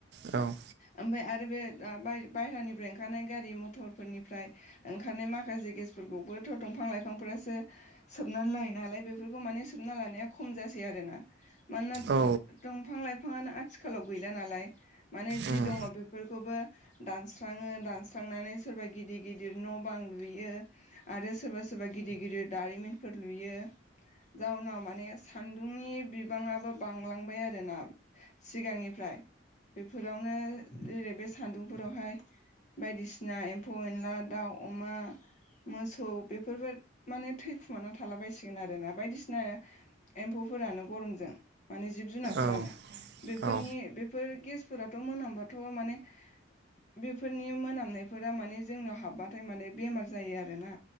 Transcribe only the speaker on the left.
ओमफ्राय आरो बे बा- बायहेरानिफ्राय ओंखारनाय गारि मथरफोरनिफ्राय ओंखारनाय माखासे गेसफोरखौबोथ' दंफां- लाइफांफोरासो सोबनानै लायो नालाय बेफोरखौ माने सोबना लानाया खम जासै आरोना मानोना
दंफां- लाइफाङानो आथिखालाव गैला नालाय माने जि
दङ बेफोरखौबो दानस्राङो दानस सुस्रांनानै सोरबा गिदिर - गिदिर न' न' बां लुयो आरो सोरबा सोरबा गिदिर गिदिर दारिमिनफोर लुयो। जाउनाव माने सान्दुंनि बिबाङाबो बांलांबाय आरोना सिगांनिफ्राय बेफोरावनो जेरै बे सान्दुंफोरावहाय बायदिसिना एम्फौ - एनला दाउ, अमा मोसौ बेफोरबो माने थैखुमाना थालाबायसिगोन आरोना बायदिसिना एम्फौफोरानो गरमजों माने जिब - जुनारफोरानो
बेफोरनि
बे बेफोर गेसफोराथ' मोनामबाथ' माने बेफोरनि मोनामनायफोरा माने जोंनाव हाबबाथाय माने बेमार जायो आरोना।